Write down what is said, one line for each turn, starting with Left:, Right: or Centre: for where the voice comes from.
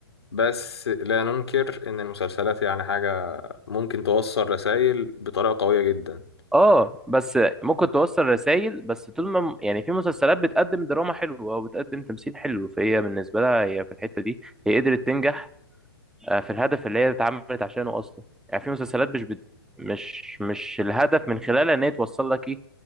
Left: بس لا ننكر إن المسلسلات يعني حاجة ممكن توصل رسائل بطريقة قوية جدا
Centre: اه بس ممكن توصل رسائل بس طول ما يعني في مسلسلات بتقدم دراما حلوة او بتقدم تمثيل حلو فهي بالنسبة لها هي في الحتة دي هي قدرت تنجح آه، في الهدف اللي هي اتعملت عشانه اصلا يعني في مسلسلات مش بت... مش مش الهدف من خلالها ان هي توصل لك ايه